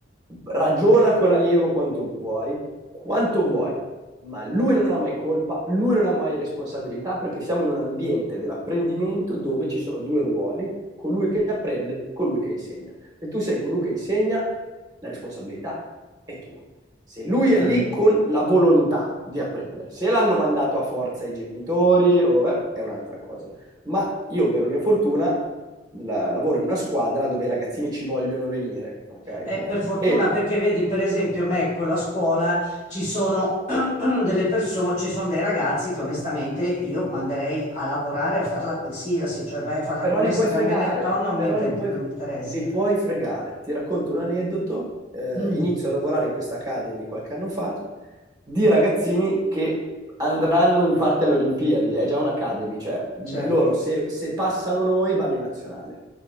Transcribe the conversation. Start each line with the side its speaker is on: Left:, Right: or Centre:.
Right: Ragiona con l'allievo quanto vuoi, quanto vuoi, ma lui non ha mai colpa, lui non ha mai responsabilità perché siamo in un ambiente dell'apprendimento dove ci sono due ruoli, colui che apprende, colui che insegna. Se tu sei colui che insegna, la responsabilità è tua. Se lui
Left: certo.
Right: è lì con la volontà di apprendere, se l'hanno mandato a forza i genitori o, eh, è un'altra cosa. Ma io, per mia fortuna, la- lavoro in una squadra dove i ragazzini ci vogliono venire, ok?
Left: Eh, per fortuna
Right: E
Left: perché vedi, per esempio, a me con la scuola ci sono <clears throat> delle persone, ci sono dei ragazzi che onestamente io manderei a lavorare a farla qualsiasi, cioè vai a fare
Right: Però
Left: la commessa
Right: li puoi
Left: da
Right: fregare,
Left: Benetton, non
Right: però
Left: mi inter-
Right: li puoi,
Left: non mi interessa.
Right: li puoi fregare. Ti racconto un aneddoto. eh,
Left: Mm,
Right: inizio a lavorare in questa Academy qualche anno fa di ragazzini che andranno in parte alle Olimpiadi. È già un'Academy, cioè
Left: certo.
Right: loro se, se passano noi vanno in nazionale.